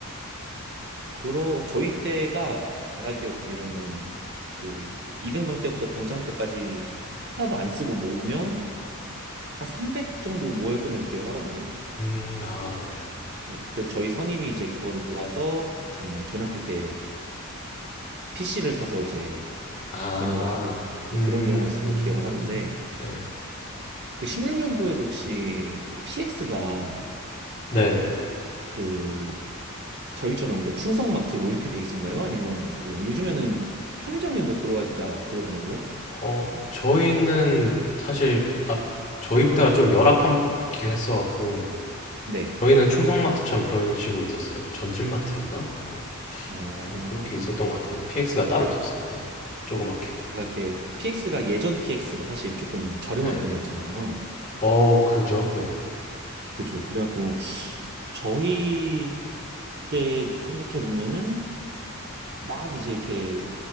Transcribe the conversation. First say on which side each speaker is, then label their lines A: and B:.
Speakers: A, on the right (about 50°); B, on the left (about 35°).
A: 그러 저희 때가 제가 기억하기로는 그 이등병 때부터 병장 때까지 하나도 안 쓰고 모으면 한 300 정도 모였던 걸로 기억을 하거든요.
B: 음, 아, 네.
A: 예, 그래서 저희 선임이 이제 그거를 모아서 이제 뭐 전역할 때 PC를 사서 이제
B: 아,
A: 전역을 하고 뭐
B: 음,
A: 그런 경우가 있어서 기억을 하는데
B: 네,
A: 그 16년도에도 혹시 그 PX가
B: 네, 네.
A: 그 저희처럼 뭐 충성마트 뭐 이렇게 돼 있었나요? 아니면 그 요즘에는 편의점이 뭐 들어와 있다 그러더라고요.
B: 어, 저희는 사실 앞 저희 부대가 좀 열악한 게 했어갖고
A: 네.
B: 저희는 충성마트처럼 그런 식으로 있었어요. 뭐 전진마트였나? 뭐,
A: 어,
B: 뭐 그렇게 있었던 것 같아요. 근데 PX가 따로 있었어요. 그냥 조그맣게.
A: 그가 게 PX가 예전 PX가 사실 조금 저렴한
B: 네.
A: 편이었잖아요.
B: 어, 그죠? 네.
A: 그죠. 그래갖고 저희 때 생각해 보면은 막 이제 이렇게